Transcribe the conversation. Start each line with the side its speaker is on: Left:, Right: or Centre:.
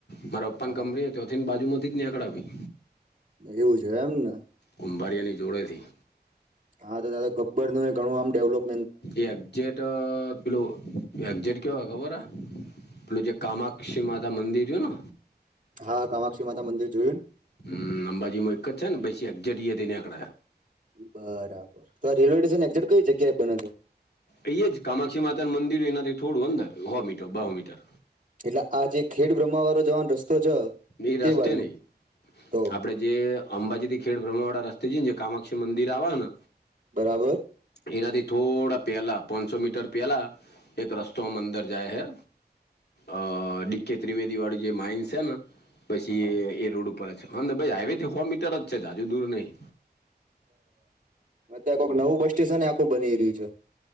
Left: મારા ઓપ્પન
Right: હા
Left: કંપની તે અથીથેન બાજુમતી જ આક આપ આવી.
Right: એવું છે, એમને
Left: કુંભારીિયાની જોડેથી.
Right: હા તો દા ગબર નું ઘણુંમેવલપ
Left: એ એગજેટ પીલોવ. એકજર કહેવાય ખબર હ પેલું જે કામાક્ષી માતા મંદિર છેને.
Right: હા કામાક્ષી માતા મંદિર જોયું ને
Left: હમ અંબાજીમાં એક જ છે ને બેી એક જટએ દને એકક
Right: બરાબર તો આ રેલવે સ્ટેશન એક્ઝેક કઈ જગ્યાએ બને છેો.
Left: અહી જ કામાક્ષી માતા નું મંદિર એનાથી થોડું અંદર હો મીટર બહો મીટર
Right: એટલે આ જે ખેડ બ્રહ્મ વાળો જવાનો રસ્તો છે
Left: એ
Right: તે
Left: રસ્તે
Right: બાજુ
Left: નહીં
Right: તો
Left: આપણે જે અંબાજી થી ખેડ બ્રહ્મ વાળા રસ્તે છે ને કામાક્ષી મંદિર આવે ને
Right: બરાબર
Left: એનાથી થોડા પેલા પાંચસો મીટર પેલા એક રસ્તોમાં અંદર જાય હૈ અ ડી કે ત્રિવેદી વાળું જે માઇન્સ છે ને પછી
Right: હા.
Left: એ એ રોડ ઉપર જ છે હાઈવે થી સો મીટર જ છે જાજુ દૂર નહીં
Right: બરાબરંક નવું બસ સ્ટેશન ને આખું બની રહ્યું છે